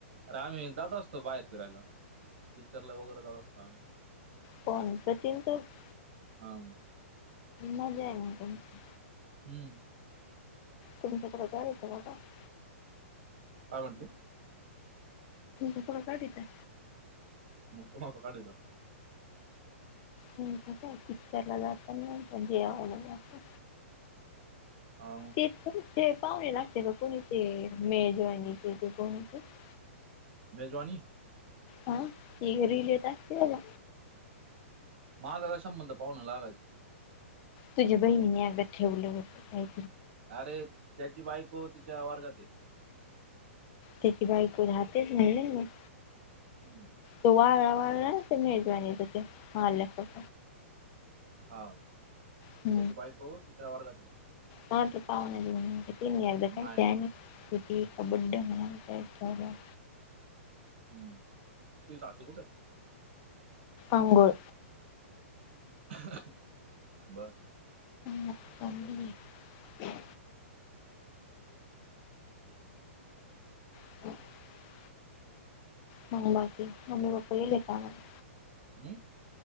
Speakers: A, on the right; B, on the left.
A: अरे आम्ही जात असतो बाहेर फिरायला पिक्चरला वगैरे जात असतो आम्ही.
B: कोणप तन तर <unintelligible>
A: हा.
B: मज आहे म त <unintelligible>
A: हम्म.
B: तुमच्याकडे जायच मा <unintelligible>
A: काय म्हंटल.
B: तथोडाठीच <unintelligible>
A: मग कोणा च काढिता? <unintelligible>
B: <unintelligible> पिकच्चरला जात नाही देवाला जात्या.
A: आह
B: ते ते पाहुणे लागते का कोणी ते मेजवानीचे ते कोणीचे <unintelligible>
A: मेजवानी.
B: हा ते रिल येत असत्या मला.
A: माझा काय संबंध पाहुणा लागायचा.
B: तुझ्या बहीणीनी अगं ठेवलं होत काही
A: अरे त्याची बाईको तिच्या वारगात हे.
B: त्याची बायको राहतेच <unintelligible>
A: हम्म.
B: तो वाळा वाळा ते मेजवा त ते मारल्यासत.
A: हा.
B: ह
A: त्याची बायको तिच्या वर्गात आहे
B: ह पावना तीन याारख
A: नाही
B: <unintelligible>
A: नाही
B: ज कबड्डे म्हणालेय <unintelligible>
A: हम्म तूझी सासू कुठंय?
B: आंघोळ.
A: <unintelligible> बर
B: मकली <unintelligible> ह <unintelligible> ह बाकी मम्मी पप्पा गेले का कामाला?
A: हम्म.